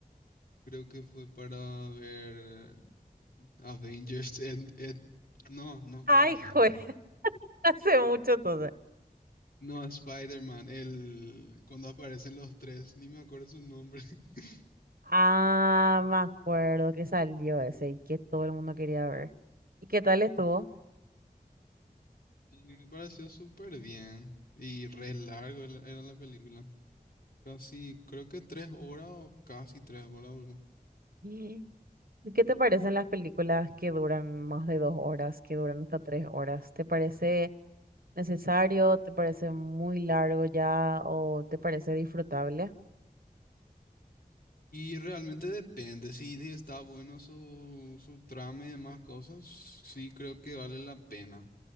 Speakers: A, on the left; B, on the right.
A: creo que fue para ver eh, Avengers and, and- No, no fue
B: Ay,
A: Avengers.
B: juez, <laughs> hace mucho entonces.
A: No, Spider-Man, el... cuando aparecen los tres, ni me acuerdo su nombre. <laughs>
B: Ah, me acuerdo que salió ese y que todo el mundo quería ver. ¿Y qué tal estuvo?
A: Y me pareció súper bien. Y re largo era era la película. Casi, creo que tres horas o casi tres horas duró.
B: Mm. ¿Y qué te parecen las películas que duran más de dos horas, que duran hasta tres horas? ¿Te parece necesario? ¿Te parece muy largo ya? ¿O te parece disfrutable?
A: Y realmente depende, si, si está bueno su, su trama y demás cosas, sí creo que vale la pena.